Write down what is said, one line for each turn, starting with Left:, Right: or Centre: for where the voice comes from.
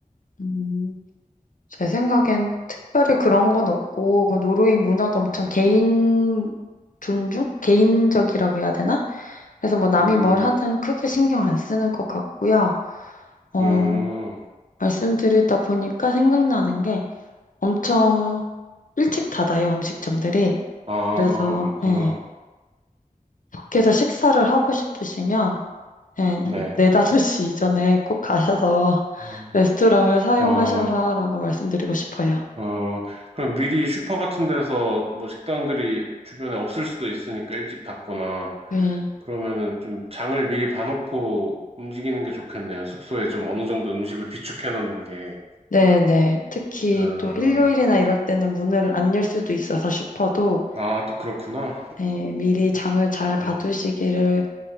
Left: 음, 제 생각엔 특별히 그런 건 없고, 그 노르웨이 문화도 엄청
Right: 음,
Left: 개인 존중? 개인적이라고 해야 되나? 그래서 뭐 남이
Right: 음,
Left: 뭘 하든 크게 신경 안 쓰는 것 같고요. 어,
Right: 음.
Left: 말씀 드리다 보니까 생각나는 게 엄청 일찍 닫아요, 음식점들이.
Right: 아,
Left: 그래서,
Right: 그렇구나.
Left: 예, 밖에서 식사를 하고 싶으시면, 예,
Right: 네.
Left: 네 4, 5시 이전에 꼭 가셔서
Right: 음,
Left: <laughs> 레스토랑을 사용하셔라라고
Right: 어,
Left: 말씀드리고 싶어요.
Right: 어, 그럼 미리 슈퍼 같은 데서 뭐 식당들이 주변에 없을 수도 있으니까 일찍 닫거나
Left: 네.
Right: 그러면은 좀 장을 미리 봐놓고 움직이는 게 좋겠네요. 숙소에 좀 어느 정도 음식을 비축해 놓는 게.
Left: 네네. 특히
Right: 어,
Left: 또 일요일이나 이럴 때는 문을 안 열 수도 있어서 슈퍼도
Right: 아, 또 그렇구나.
Left: 예, 미리 장을 잘 봐두시기를
Right: 음,